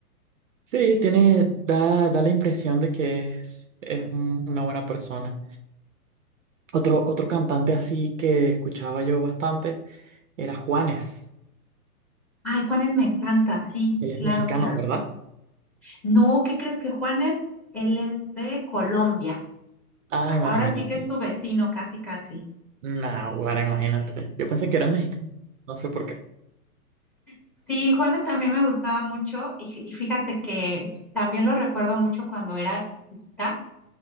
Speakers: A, on the right (about 55°); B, in the centre.
A: Sí, tiene, da, da la impresión de que es, es un- una buena persona. Otro, otro cantante así que escuchaba yo bastante era Juanes.
B: Ay, Juanes me encanta, sí,
A: Él es
B: claro,
A: mexicano,
B: claro.
A: ¿verdad?
B: No, ¿qué crees que Juanes? Él es de Colombia.
A: Ah,
B: A-
A: imagínate.
B: Ahora sí que es tu vecino, casi, casi.
A: Naguará, imagínate. Yo pensé que era mexicano. No sé por qué.
B: Sí, Juanes también me gustaba mucho y, fí- y fíjate que también lo recuerdo mucho cuando era chiquita,